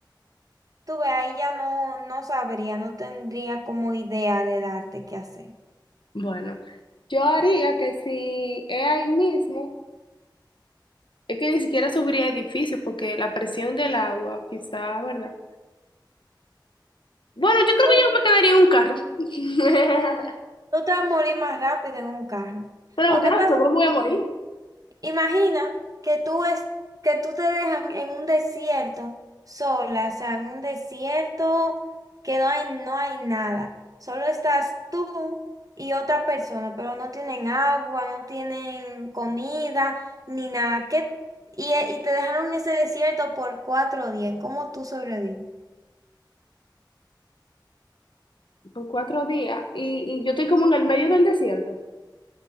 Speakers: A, on the right; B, on the left.
A: tú ve, ahí ya no, no sabría, no tendría como idea de darte qué hacer.
B: Bueno, yo haría que si es ahí mismo, es que ni siquiera subiría edificios, porque la presión del agua, quizá, ¿verdad? Bueno, yo creo
A: Tú
B: que yo me quedaría en un carro. <laughs>
A: tú te vas a morir más rápido en un carro.
B: Pero
A: ¿O
B: claro,
A: qué pasa?
B: seguro me voy a morir
A: Imagina que tú es, que tú te dejan en un desierto sola, o sea, en un desierto que no hay, no hay nada. Solo estás tú y otra persona, pero no tienen agua, no tienen comida, ni nada. ¿Qué- y, eh, y te dejaron en ese desierto por cuatro días. ¿Cómo tú sobrevives?
B: por cuatro días. Y, y yo estoy como en el medio del desierto.